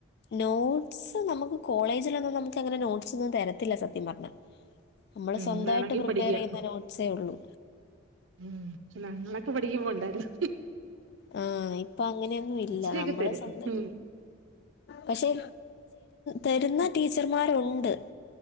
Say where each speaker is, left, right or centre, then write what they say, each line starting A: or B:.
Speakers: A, on the left; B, on the right.
A: നോട്ട്സ് നമുക്ക് കോളേജിലൊന്നും നമുക്ക് അങ്ങനെ നോട്ട്സ് ഒന്നും തെരത്തില്ല സത്യം പറഞ്ഞാ നമ്മള്
B: ഉം
A: സ്വന്തമായിട്ട്
B: വേണമെങ്കി
A: പ്രിപ്പെയർ
B: പഠിക്കുക
A: ചെയ്യുന്ന നോട്ട്സേ ഉള്ളൂ.
B: ഉം ഞങ്ങളൊക്കെ പഠിക്കുമ്പോണ്ടായിരുന്നു.
A: ആ ഇപ്പ അങ്ങനെയൊന്നും ഇല്ല
B: ഇച്ചിരിയൊക്കെ
A: നമ്മള്
B: തരും
A: സ്വന്തം
B: ഉം
A: പക്ഷെ തരുന്ന ടീച്ചർമാർ. ഉണ്ട്